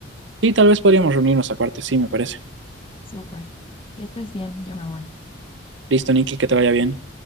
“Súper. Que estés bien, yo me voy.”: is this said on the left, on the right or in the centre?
Left